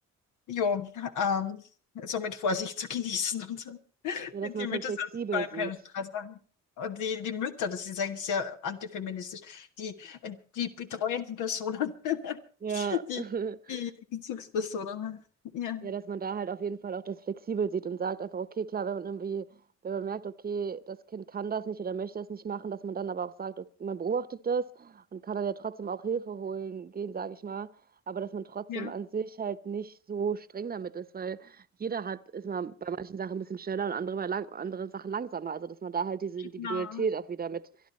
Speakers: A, on the left (about 80°); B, on the right (about 30°).
A: jo, ähm, so mit Vorsicht zu genießen. und so.
B: Ja, dass
A: Die
B: man es
A: Mütter
B: halt flexibel
A: sollen sich vor allem
B: sieht.
A: keinen Stress machen. Und die, die Mütter, das ist eigentlich sehr antifeministisch, die, äh, die betreuenden Personen, <laughs>
B: Ja.
A: die,
B: <laughs>
A: die Bezugspersonen. Ja,
B: Ja, dass man da halt auf jeden Fall auch das flexibel sieht und sagt einfach, okay, klar, wenn man irgendwie, wenn man merkt, okay, das Kind kann das nicht oder möchte das nicht machen, dass man dann aber auch sagt, okay, man beobachtet das und kann dann ja trotzdem auch Hilfe holen gehen, sage ich mal. Aber dass man trotzdem
A: ja,
B: an sich halt nicht so streng damit ist, weil jeder hat, ist mal bei manchen Sachen ein bisschen schneller und andere bei lang, anderen Sachen langsamer. Also dass man da halt diese
A: genau.
B: Individualität auch wieder mit,